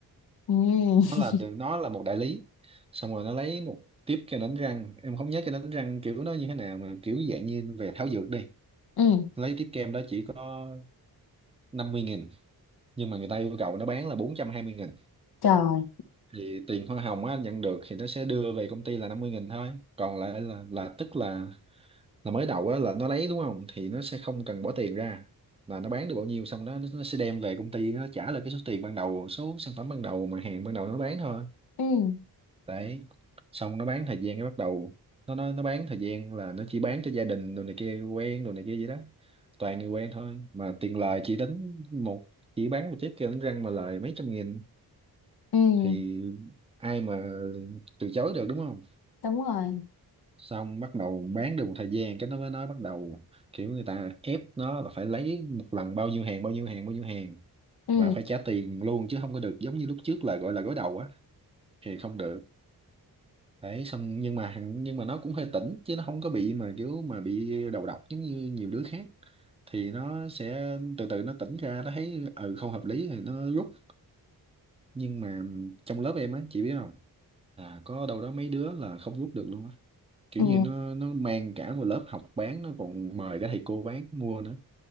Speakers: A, on the left; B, on the right.
A: ừ
B: nó là được nó là một đại lý xong rồi nó lấy một tiếp kem đánh răng em không nhớ cái đánh răng kiểu nó như thế nào mà kiểu dạng như về thảo dược đi
A: ừ
B: lấy tiếp kem đó chỉ có năm mươi nghìn nhưng mà người ta yêu cầu nó bán là bốn trăm hai mươi nghìn
A: trời
B: thì tiền hoa hồng á, nhận được thì nó sẽ đưa về công ty là năm mươi nghìn thôi còn lại là là tức là là mới đầu á, là nó lấy đúng không thì nó sẽ không cần bỏ tiền ra là nó bán được bao nhiêu xong đó nó nó sẽ đem về công ty nó trả lại cái số tiền ban đầu số sản phẩm ban đầu mà hàng ban đầu nó bán thôi
A: ừ
B: đấy xong nó bán thời gian cái bắt đầu nó nó nó bán thời gian là nó chỉ bán cho gia đình đồ này kia quen đồ này kia vậy đó toàn người quen thôi mà tiền lời chỉ tính một chỉ bán một chiếc kia đánh răng mà lời mấy trăm nghìn
A: ừ
B: thì ai mà từ chối được đúng không
A: đúng rồi
B: xong bắt đầu bán được một thời gian cái nó mới nói bắt đầu kiểu người ta ép nó là phải lấy một lần bao nhiêu hàng bao nhiêu hàng bao nhiêu hàng
A: ừ
B: và phải trả tiền luôn chứ không có được giống như lúc trước là gọi là gối đầu á thì không được đấy xong nhưng mà hằng- nhưng mà nó cũng hơi tỉnh chứ nó không có bị mà kiểu mà bị đầu độc giống như nhiều đứa khác thì nó sẽ từ từ nó tỉnh ra nó thấy ừ không hợp lý thì nó rút nhưng mà trong lớp em á chị biết không là có đâu đó mấy đứa là không rút được luôn á kiểu
A: ừ
B: như nó nó mang cả vào lớp học bán nó còn mời cả thầy cô bán mua nữa